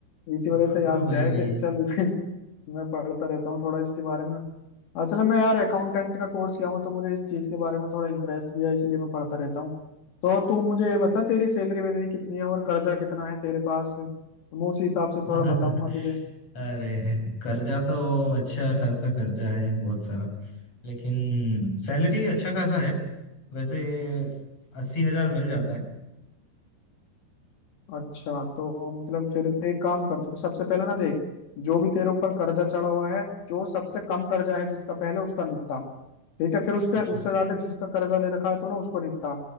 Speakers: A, on the left; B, on the left.
A: इसी
B: हाँ
A: वजह से
B: हाँ
A: याद
B: वही
A: किया है
B: वही
A: कि चल <laughs> मैं पढ़ता रहता हूँ थोड़ा इसके बारे में असल में यार अकाउंटेंट का कोर्स किया हूँ तो मुझे इस चीज के बारे में थोड़ा इंटरेस्ट भी है इसलिए मैं पढ़ता रहता हूँ तो तू मुझे ये बता तेरी सैलरी वैलरी कितनी है और कर्जा कितना है तेरे पास तो मैं उसी हिसाब से
B: <laughs>
A: थोड़ा बताऊंगा तुझे
B: अरे कर्जा तो अच्छा खासा कर्जा है बहुत सारा लेकिन सैलरी अच्छा खासा है वैसे अस्सी हजार मिल जाता है
A: अच्छा तो मतलब फिर एक काम कर तो सबसे पहले ना देख जो भी तेरे ऊपर कर्जा चढ़ा हुआ है जो सबसे कम कर्जा है जिसका पहले उसका निपटा ठीक है फिर उसके
B: अच्छा
A: उससे ज्यादा जिसका कर्जा ले रखा है तूने उसको निपटा